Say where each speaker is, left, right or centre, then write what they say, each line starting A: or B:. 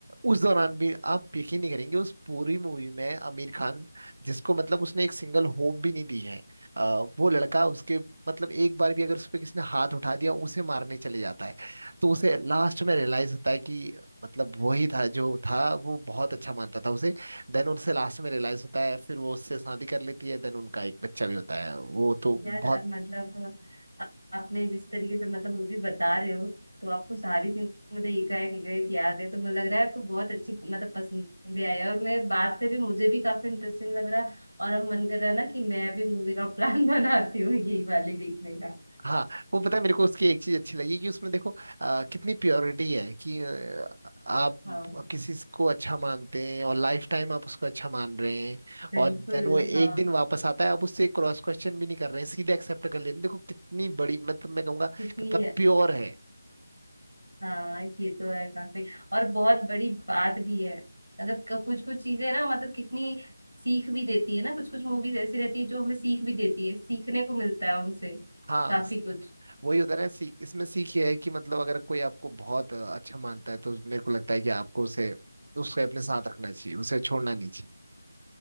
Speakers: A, on the right; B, on the right.
A: उस दौरान भी आप यकीन नहीं करेंगे उस पूरी मूवी में आमिर खान जिसको मतलब उसने एक सिंगल होप भी नहीं दी है आ, वो लड़का उसके मतलब एक बार भी अगर उस पे किसी ने हाथ उठा दिया उसे मारने चले जाता है तो उसे लास्ट में रियलाइज होता है कि मतलब वही था जो था वो बहुत अच्छा मानता था उसे देन उनसे लास्ट में रियलाइज होता है फिर वो उससे शादी कर लेती है देन उनका एक बच्चा भी होता है वो तो
B: यार
A: बहुत
B: अब मतलब आ- आपने जिस तरीके से मतलब मूवी बता रहे हो तो आपको सारी सीन मतलब एक एक एक याद है तो मुझे लग रहा है आपको बहुत अच्छी मतलब पसंद भी आई है। और मैं बात से भी मुझे भी काफी इंटरेस्टिंग लग रहा है और अब मन कर रहा है ना कि मैं भी मूवी का प्लान <laughs> बनाती हूँ यही वाली देखने का
A: हाँ वो पता है मेरे को उसकी एक चीज अच्छी लगी कि उसमें देखो अ, कितनी प्योरिटी है कि अ, आप
B: हाँ
A: किसी को अच्छा मानते हैं और लाइफ टाइम आप उसको अच्छा मान रहे हैं
B: बिल्कुल
A: और देन वो एक
B: हाँ
A: दिन वापस आता है आप उससे क्रॉस क्वेश्चन भी नहीं कर रहे हैं सीधे एक्सेप्ट कर लेते हैं देखो कितनी बड़ी मतलब मैं कहूँगा
B: कितनी
A: कितना प्योर है
B: हाँ ये तो है काफी और बहुत बड़ी बात भी है मतलब कुछ कुछ चीजें ना मतलब कितनी सीख भी देती है ना कुछ कुछ मूवीज ऐसी रहती है जो हमें सीख भी देती है सीखने को मिलता है उनसे
A: हाँ
B: काफी
A: स-
B: कुछ
A: वही होता है ना सीख इसमें सीख ये है कि मतलब अगर कोई आपको बहुत अ, अच्छा मानता है तो मेरे को लगता है कि आपको उसे उसे अपने साथ रखना चाहिए उसे छोड़ना नहीं चाहिए